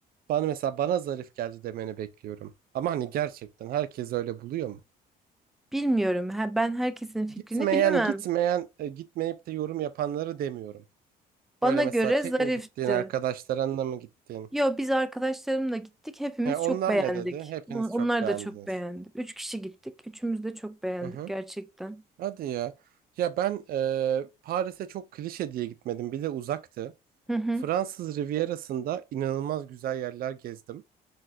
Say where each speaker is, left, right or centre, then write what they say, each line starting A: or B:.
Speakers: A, on the right (about 60°); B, in the centre.
A: bana mesela bana zarif geldi demeni bekliyorum. Ama hani gerçekten herkes öyle buluyor mu?
B: Bilmiyorum. Ha, ben herkesin fikrini
A: Gitmeyen
B: bilemem.
A: gitmeyen e, gitmeyip de yorum yapanları demiyorum.
B: Bana
A: Böyle mesela
B: göre
A: tek
B: zarifti.
A: mi gittiğin, arkadaşlarınla mı gittin?
B: Yo biz arkadaşlarımla gittik. Hepimiz
A: He, onlar
B: çok beğendik.
A: ne dedi? Hepiniz
B: On- Onlar
A: çok beğendiniz.
B: da çok beğendi. Üç kişi gittik. Üçümüz de çok beğendik
A: Hı hı.
B: gerçekten.
A: Hadi ya. Ya ben e, Paris'e çok klişe diye gitmedim. Bir de uzaktı.
B: Hı hı.
A: Fransız Rivierası'nda inanılmaz güzel yerler gezdim.